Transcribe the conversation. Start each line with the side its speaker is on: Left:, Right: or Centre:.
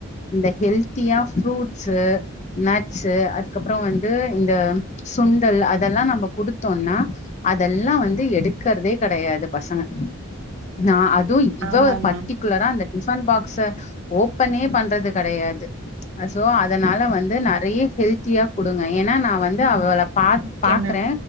Left: இந்த ஹெல்த்தியா ஃப்ரூட்ஸு நட்சு அதுக்கப்றோ வந்து இந்த சுண்டல் அதெல்லா நம்ம குடுத்தோனா அதல்லா வந்து எடுக்கற்தே கடையாது பசங்க நா அதூ இவ
Right: ஆமா
Left: பட்டி
Right: மேம்
Left: க்குலரா அந்த டிஃபன் பாக்ஸ ஓப்பனே பண்றது கடையாது அ சோ அதனால வந்து நெறை ஹெல்த்தியா குடுங்க ஏன்னா நா வந்து அவளப் பாட்
Right: ஓகே
Left: பாக்றே
Right: மேம்